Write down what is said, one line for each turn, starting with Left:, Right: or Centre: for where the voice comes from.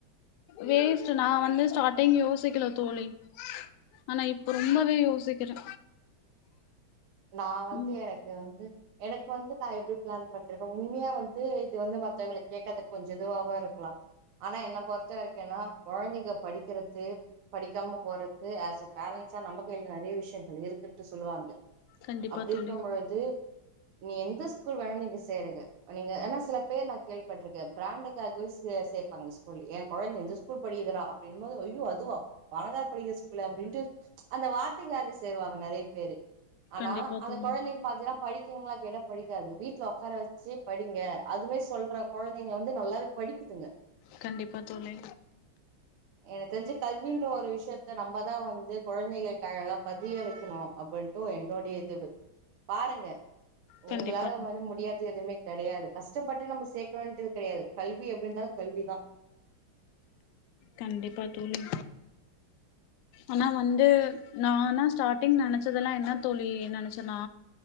Left: வேஸ்ட்டு நா வந்து ஸ்டாட்டிங் யோசிக்கல தோழி ஆனா இப்ப ரொம்பவே யோசிக்கிறே
Right: நா வந்து
Left: ம்
Right: எனக்கு வந்து எனக்கு வந்து நா எப்படி பிளான் பண்ரணோ உண்மையா வந்து இது வந்து மத்தவங்களுக் கேட்கதுக் கொஞ்ச இதுவாவா இருக்லா ஆனா என்ன பொறுத்த வரைக்கு என்னனா கொழந்தைங்க படிக்கிறது படிக்காம போறத்து ஆஷ் அ பேரண்ட்ஸா நம்ம கைல நெறைய விஷயங்கள் இருக்குன்ட்டு சொல்லுவாங்க
Left: கண்டிப்பா
Right: அப்டி
Left: தோழி
Right: இருக்கம் பொழுது நீ எந்த ஸ்கூல் வேணா நீங்க சேருங்க நீங்க ஏனா சில பேர் நா கேள்விப்பட்ருக்க பிராண்டுக்காகவிஸ்ஸு சேப்பாங்க ஸ்கூல் ஏ கொழந்த இந்த ஸ் கூல் படிக்குதடா அப்டின்போது ஐயோ அதுவா பணக்கார படிக்ற ஸ்கூலே அப்டின்ட்டு அந்த வார்தைங்காக சேருவாங்க நெறைய பேரு ஆனா
Left: கண்டிப்பா
Right: அந்த
Left: தோழி
Right: கொழந்தைங் பாத்தினா படிக்குங்ளா கேட்டா படிக்காது வீட்ல ஒக்கார வச் சி படிங்க அதுவே சொல்ற கொழந்தைங்க வந்து நல்லாவே படிக்குதுங்க
Left: கண்டிப்பா தோழி
Right: எனக் தெரிஞ்சி கல்வின்ற ஒரு விஷயத்த நம்மதா வந்து கொழந்தைகள்க் கழக பதிய வைக்கணூ அப்புட்ன் டு என்னோடைய இது பாருங்க
Left: கண்டிப்பா
Right: உங்ளால வந்து முடியாதது எதுமே கெடையாது கஷ்டப்பட்டு நம்ம சேக்கணூன்ட் இது கெடையாது கல்வி எப்டி இருந்தாலு கல்விதா
Left: கண்டிப்பா தோழி ஆனா வந்து நானா ஸ்டாட்டிங் நெனச்சதெல்லா என்னா தோழி நெனச்சனா